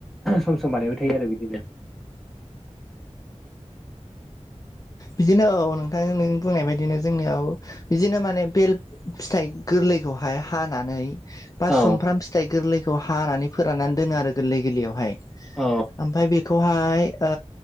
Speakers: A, in the centre; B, on the left.
A: सम सम बानायबाय थायो आरो बिदिनो
B: बिदिनो औ नोंथां नों बुंनाय बायदिनो जोंनियाव बिदिनो माने बेहेल फिथाइ गोरलैखौहाय हानानै बा
A: औ
B: सुमफ्राम फिथाइ गोरलैखौ हानानै फोराननानै दोनो आरो गोरलै गोरलैयावहाय
A: अ
B: आमफ्राय बेखौहाय ओ